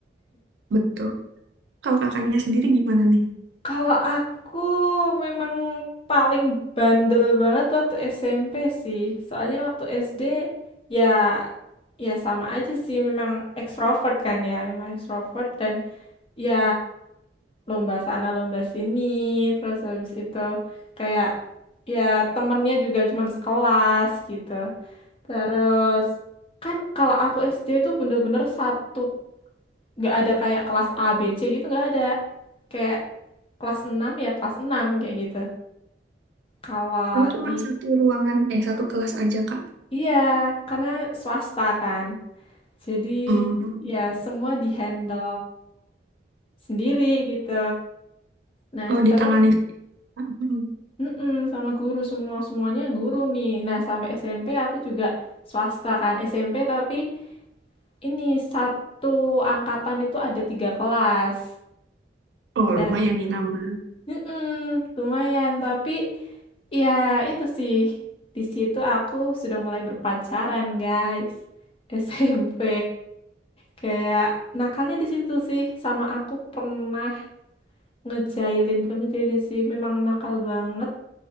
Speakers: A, on the right; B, on the left.
A: Betul. Kalau kakaknya sendiri gimana nih?
B: Kalau aku memang paling bandel banget waktu SMP sih. Soalnya waktu SD ya ya sama aja sih memang ekstrovert kan ya, memang ekstrovert dan ya lomba sana lomba sini terus habis itu kayak ya temennya juga cuman sekelas gitu terus kan kalau aku SD itu bener-bener satu nggak ada kayak kelas A B C gitu nggak ada kayak kelas 6 ya kelas 6 kayak gitu kalau
A: Oh, cuma
B: di
A: satu ruangan, eh satu kelas aja Kak.
B: iya karena swasta kan jadi
A: Hmm.
B: ya semua dihandle sendiri gitu nah
A: Oh, ditangani.
B: terus
A: Hmm.
B: Mm-mm, sama guru semua semuanya guru nih. Nah, sampai SMP aku juga swasta kan SMP tapi ini satu angkatan itu ada tiga kelas
A: Oh,
B: dan
A: lumayan nih nambah.
B: mm-mm, lumayan tapi ya itu sih di situ aku sudah mulai berpacaran guys SMP kayak nakalnya di situ sih sama aku pernah ngejailin bukan ngejailin sih memang nakal banget